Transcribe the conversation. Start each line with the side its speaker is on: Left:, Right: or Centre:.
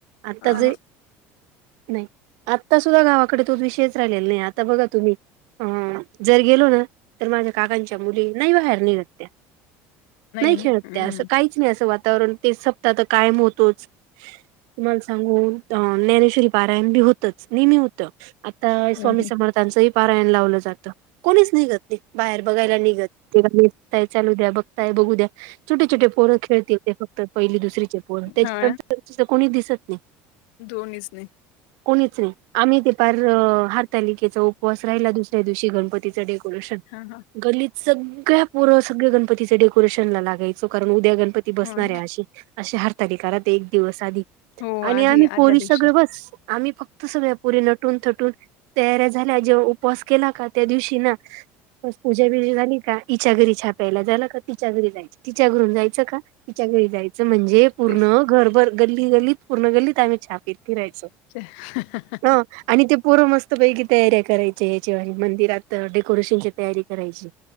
Right: आता
Left: अ
Right: जे नाही आत्ता सुद्धा गावाकडे तो विषयच राहिलेला नाही ये, आत्ता बघा तुम्ही अ जर गेलो ना तर माझ्या काकांच्या मुली नाही बाहेर निघत त्या नाही
Left: ना
Right: खेळत
Left: हम्म
Right: त्या असं काहीच नाही असं वातावरण ते सपता तर कायम होतोच. तुम्हाला सांगू ज्ञानेश्वरी पारायण बी होतच, नेहमी होत. आत्ता
Left: हम्म
Right: स्वामी
Left: हम्म.
Right: समर्थां चंही पारायण लावलं जातं. कोणीच निघत नाही, बाहेर बघायला निघत ते निघताय चालू द्या, बघताय बघू द्या. छोटे, छोटे पोरं खेळतील ते फक्त पहिली, दुसरीचे पोरं त्याच्यानंतर
Left: हा ना
Right: कोणी दिसत नाही.
Left: दोन्हीच नाही
Right: कोणी च नाही, आम्ही ते पारं अं हारतालिकेचा उपवास राहिला, दुसऱ्या दिवशी गणपतीच डेकोरेशन
Left: हा हा
Right: गल्लीत सगळ्या पोरं सगळं गणपतीच डेकोरेशन ला लागायचो, कारण उद्या गणपती बसणार
Left: हो ना
Right: आहे अशी अशी हरतालीका राहते एक दिवस आधी
Left: हो
Right: आणि
Left: आधी
Right: आम्ही
Left: आदल्या
Right: पोरी
Left: दिवशी
Right: सगळं बस आम्ही फक्त सगळे पोरी नटून, थटून तयाऱ्या झाल्या जेव्हा उपवास केला का त्या दिवशी ना पूज्या वेळी झाली का हीच्या घरी चहा प्यायला झाला का, तिच्या घरी जायचं, तिच्या घरून जायचं का तिच्या घरी जायचं म्हणजे पूर्ण
Left: तेच
Right: घरभर गल्ली, गल्लीत पूर्ण गल्लीत आम्ही चहा पीत फिरायचो.
Left: च्या हां, हा
Right: हं आणि ते पोरं मस्त पैकी तयारया करायचे या्याच्या व मंदिरात डेकोरेशनची तयारी करायची.